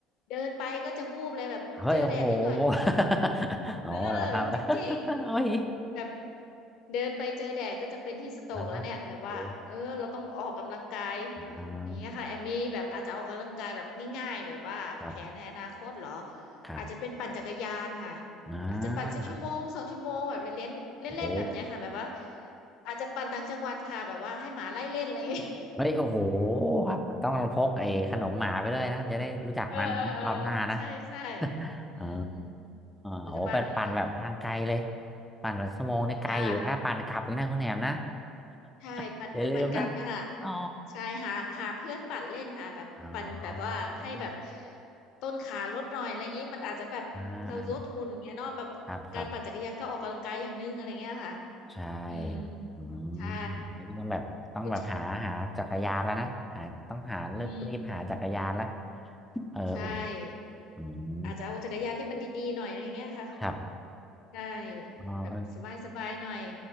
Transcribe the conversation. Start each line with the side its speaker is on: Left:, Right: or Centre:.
Left: เดินไปก็จะวูบเลยแบบเจอแดดนิดหน่อยก็จะเป็น
Centre: เฮ้ยโอ้โห <laughs>
Left: เออ
Centre: อ๋อเหรอครับ <laughs>
Left: จริง
Centre: โอ้ย
Left: แบบเดินไปเจอแดดก็จะเป็นที่สโตรกแล้วเนี่ยแบบว่าเออเราต้องออกกำลังกาย
Centre: นะโอ้อ่า
Left: อย่างเงี้ยค่ะแอมมี่แบบอาจจะออกกำลังกายแบบง่ายๆแบบว่าแผนในอนาคตเหรอ
Centre: ครับครับ
Left: อาจจะเป็นปั่นจักรยานค่ะ
Centre: นะ
Left: อาจจะปั่นสักชั่วโมงสองชั่วโมงแบบเล่นๆเล่นๆแบบเนี้ยค่ะแบบว่า
Centre: โอ้โห
Left: อาจจะปั่นต่างจังหวัดค่ะแบบว่าให้หมาไล่เล่นอะไรอย่างเงี้ย
Centre: เฮ้ยโอ้โหครับต้องพกไอ้ขนมหมาไปด้วยนะจะได้รู้จักมันรอบหน้านะ
Left: เออเออเออใช่ใช่
Centre: <laughs>
Left: อืม
Centre: อ๋อโอ้เป็นปั่นแบบทางไกลเลย
Left: ปัจจุบันนี้แบบ
Centre: ปั่นแบบชั่วโมงนี่ไกลอยู่นะปั่นกลับอีกนะคุณแหนมนะ
Left: ใช่ ใช่ปั่นไปปั่นกลับนั่นแหละ
Centre: <laughs> อย่าลืมนะอ๋อ
Left: ใช่หาหาเพื่อนปั่นเล่นค่ะแบบปั่นแบบว่าให้แบบ
Centre: อ๋ออ
Left: ต้นขาลดหน่อยอะไรอย่างนี้มันอาจจะแบบเราลดหุ่นเงี้ยเนาะแบบการปั่นจักรยานก็ออกกำลังกายอย่างนึงอะไรเงี้ยค่ะ
Centre: ่าอ่าอ่าอ่าครับครับใช่
Left: อืม
Centre: อืม
Left: ใช่
Centre: นี่ก็ต้องแบบต้องแบบหาหาจักรยานแล้วนะหาต้องหาเลือกรีบหาจักรยานละ
Left: คุณแชมป์อืม
Centre: <laughs> เอออุ่น
Left: ใช่
Centre: อืม
Left: อาจจะเอาจักรยานที่มันดีๆหน่อยอะไรเงี้ยค่ะ
Centre: ครับ
Left: ใช่
Centre: อ๋อเออ
Left: แบบสบายๆหน่อย